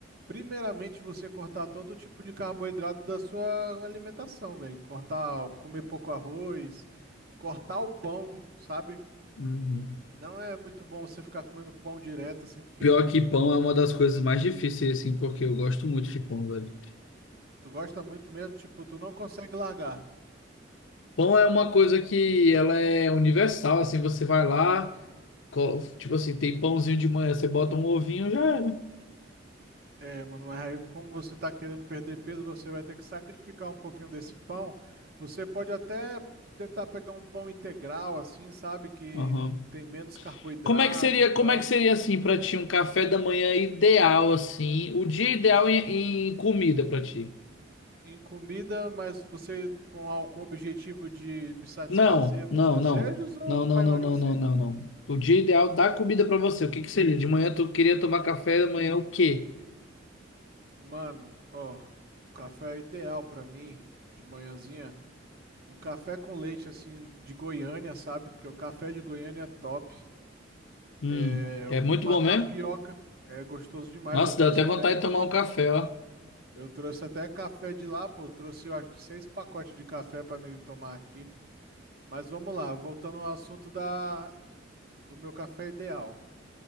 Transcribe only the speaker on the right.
primeiramente, você cortar todo tipo de carboidrato da sua alimentação, velho. Cortar, comer pouco arroz, cortar o pão, sabe?
Não é muito bom você ficar comendo pão direto, assim, porque
tu gosta muito mesmo, tipo, tu não consegue largar.
É, mano, mas aí como você tá querendo perder peso, você vai ter que sacrificar um pouquinho desse pão. Você pode até tentar pegar um pão integral, assim, sabe? Que
tem menos carboidrato
e tal.
Em comida, mas você com, a- com o objetivo de me satisfazer
meus
desejos
ou
para
emagrecer?
Mano, ó, café é ideal para mim de manhãzinha. Um café com leite, assim, de Goiânia, sabe? Porque o café de Goiânia é top.
é,
uma
tapioca.
É gostoso demais.
Eu trouxe
até,
eu trouxe até café de lá, pô. Eu trouxe, eu acho que seis pacotes de café para mim tomar aqui. Mas vamos lá, voltando ao assunto da, do meu café ideal.